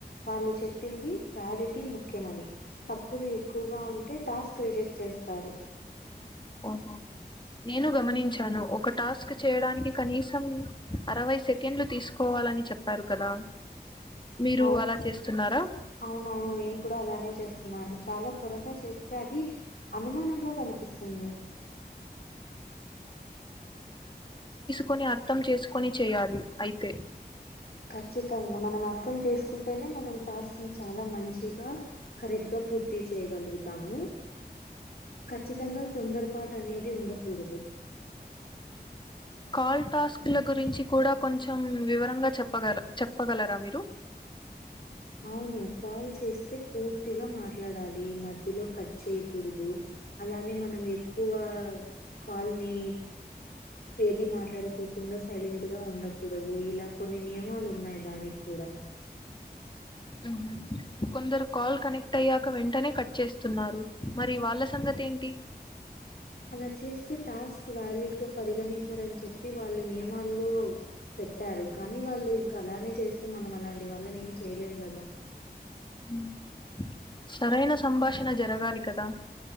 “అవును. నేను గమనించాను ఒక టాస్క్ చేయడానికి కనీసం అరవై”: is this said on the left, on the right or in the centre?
Left